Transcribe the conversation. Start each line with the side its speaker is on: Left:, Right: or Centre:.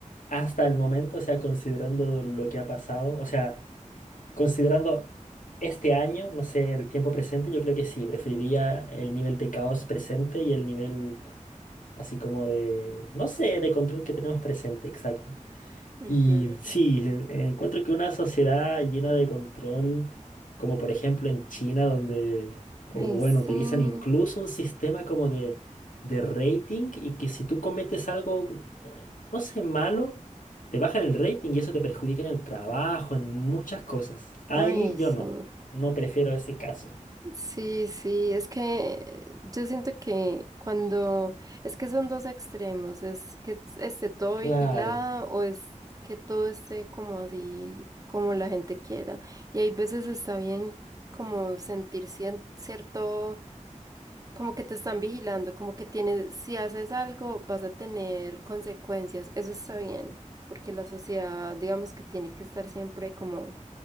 Left: hasta el momento, o sea, considerando lo que ha pasado, o sea, considerando este año, no sé, el tiempo presente, yo creo que sí. Preferiría el nivel de caos presente y el nivel así como de, no sé, de control que tenemos presente, exacto.
Right: Ujú.
Left: Y sí, e- encuentro que una sociedad llena de control, como por ejemplo en China, donde, o
Right: Ay,
Left: bueno,
Right: sí.
Left: utilizan incluso un sistema como de, de rating y que si tú cometes algo, eh, no sé, malo, te bajan el rating y eso te perjudica en el trabajo, en muchas cosas. Ahí
Right: Ay,
Left: yo
Right: sí.
Left: no, no prefiero ese caso.
Right: Sí, sí, es que yo siento que cuando, es que son dos extremos, es que es- esté todo vigilado
Left: Claro,
Right: o es que todo esté como así, como la gente quiera. Y hay veces está bien como sentir cien- cierto, como que te están vigilando, como que tienes, si haces algo vas a tener consecuencias, eso está bien, porque la sociedad digamos que tiene que estar siempre como...